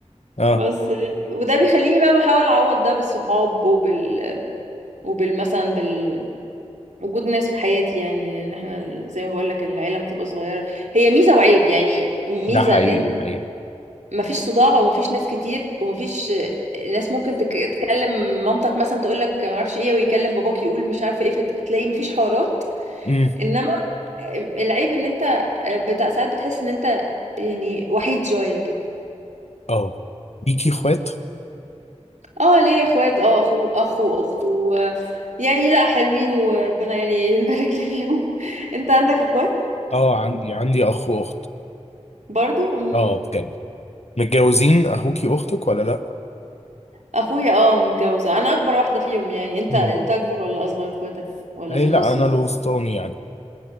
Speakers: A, on the left; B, on the right.
A: اه
B: بس وده بيخليني بقى بحاول اعوض ده بالصحاب وبال وبال مثلا بال وجود ناس في حياتي يعني لان احنا ال- زي ما بقول لك العيله بتبقى صغيره هي ميزه وعيب يعني ميزه
A: ده حقيقي
B: ان
A: ايوه
B: مفيش صداع ومفيش ناس كتير ومفيش ناس ممكن تك- تكلم مامتك مثلا تقول لك ما اعرفش ايه ويكلم باباك يقول مش عارفه ايه فتلاقي مفيش حوارات
A: امم
B: انما العيب ان انت بتاع ساعات بتحس ان انت يعني وحيد شويه كده
A: اه ليكي اخوات
B: اه ليا اخوات اه اخو اخ واخت و... يعني لا حلوين وربنا يعني <laughs> يبارك لي فيهم انت عندك اخوات
A: اه عندي عندي اخ واخت
B: برضو أمم.
A: اه بجد متجوزين اخوكي واختك ولا لا
B: اخويا اه متجوزه انا اكبر واحده فيهم يعني انت
A: مم.
B: انت اكبر ولا اصغر اخواتك ولا
A: اي
B: في النص
A: لا انا
B: ولا
A: الوسطاني يعني